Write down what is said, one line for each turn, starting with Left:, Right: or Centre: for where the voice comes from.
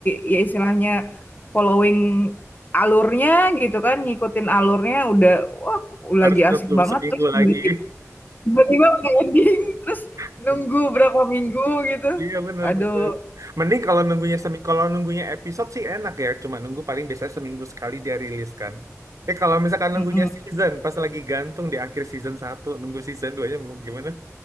Left: ya istilahnya following alurnya gitu kan, ngikutin alurnya udah, wah lagi
Right: harus
Left: asik
Right: nunggu
Left: banget
Right: seminggu
Left: terus tiba-tiba
Right: lagi
Left: tiba-tiba udah ending, terus
Right: <laughs>
Left: nunggu berapa minggu gitu,
Right: iya benar
Left: aduh
Right: benar mending kalau nunggunya seminggu kalau nunggunya episode sih enak ya cuma nunggu paling biasanya seminggu sekali dia rilis kan eh kalau misalkan
Left: mhm.
Right: nunggunya season pas lagi gantung di akhir season satu nunggu season 2 nya mau gimana